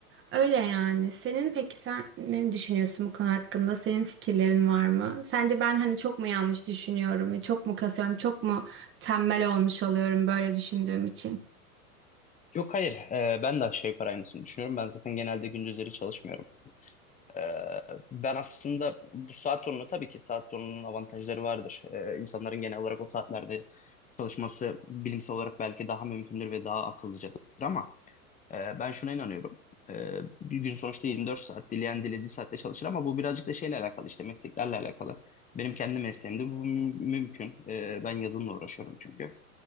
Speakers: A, on the right; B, on the left.
A: Öyle yani. Senin peki sen ne düşünüyorsun bu konu hakkında? Senin fikirlerin var mı? Sence ben hani çok mu yanlış düşünüyorum? Çok mu kasıyorum? Çok mu tembel olmuş oluyorum böyle düşündüğüm için?
B: Yok hayır, E, ben de aşağı yukarı aynısını düşünüyorum. Ben zaten genelde gündüzleri çalışmıyorum. Ee, ben aslında bu saat zorunu tabii ki saat zorunun avantajları vardır. Ee, insanların genel olarak o saatlerde çalışması bilimsel olarak belki daha mümkündür ve daha akıllıcadır ama e, ben şuna inanıyorum. Ee, bir gün sonuçta 24 saat dileyen dilediği saatte çalışır ama bu birazcık da şeyle alakalı işte mesleklerle alakalı. Benim kendi mesleğimde bu mü- mümkün. Ee, ben yazılımla uğraşıyorum çünkü.